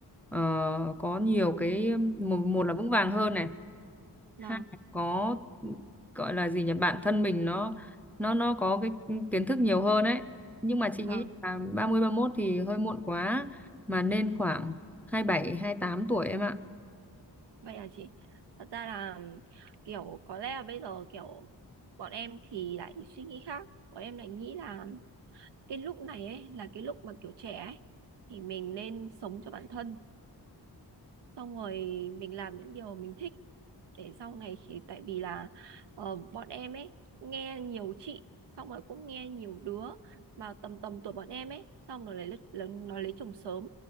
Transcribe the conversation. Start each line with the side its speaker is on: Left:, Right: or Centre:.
Centre: ờ, có nhiều cái một, một là vững vàng hơn này ha,
Right: Vâng,
Centre: có gọi là gì nhỉ bản thân mình nó nó nó có cái kiến thức nhiều hơn ấy nhưng mà chị
Right: vâng.
Centre: nghĩ là ba mươi ba mốt thì hơi muộn quá mà nên khoảng hai bảy hai tám tuổi em ạ.
Right: Vậy là chị. Thật ra là kiểu có lẽ là bây giờ kiểu bọn em thì lại suy nghĩ khác. Bọn em lại nghĩ là cái lúc này ấy là cái lúc mà kiểu trẻ ấy thì mình nên sống cho bản thân xong rồi mình làm những điều mình thích để sau này khi tại vì là ờ, bọn em ấy nghe nhiều chị xong rồi cũng nghe nhiều đứa mà tầm tầm tuổi bọn em ấy xong rồi lấy nó lấy chồng sớm